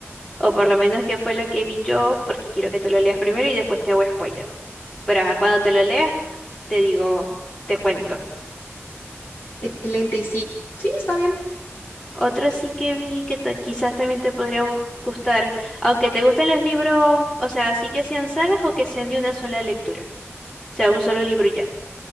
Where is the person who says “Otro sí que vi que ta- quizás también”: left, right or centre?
Left